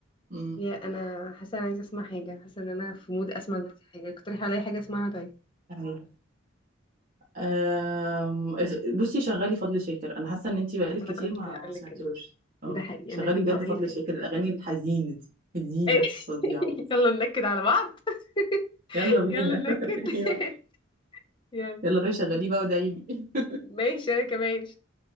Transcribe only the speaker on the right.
امم
اه أم، بصي شغالي فضل شاكر انا حاسه ان انتي بقالك
كتير
ما
سمعتيهوش
اه
شغالي
بجد
فضل
شاكر الاغاني الحزينه دي حزينه
فظيعه
يلا بينا
<laughs> يلا
يلا روحي شغليه بقى ودعيلي <laughs>